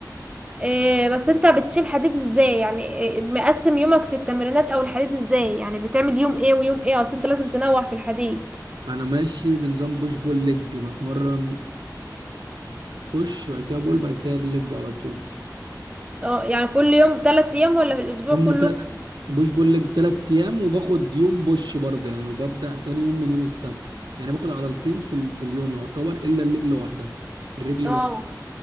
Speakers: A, on the right; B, on the right.
A: إيه بس انت بتشيل حديد ازاي يعني إيه مقسم يومك في التمرينات او الحديد ازاي يعني بتعمل يوم ايه ويوم ايه اصل انت لازم تنوع في الحديد
B: انا ماشي بنظام بوش بول ليج بتمرن بوش وبعد كده بول بعد كده ليج على طول
A: اه يعني كل يوم تلات ايام ولا في الاسبوع
B: هم
A: كله
B: ت... بوش بول ليج تلات ايام وباخد يوم بوش برضه يعني وببدأ تاني يوم من يوم السبت يعني باخد عضلتين في ال... في اليوم يعتبر الا الرجل واحدة الرجل الواحدة
A: اه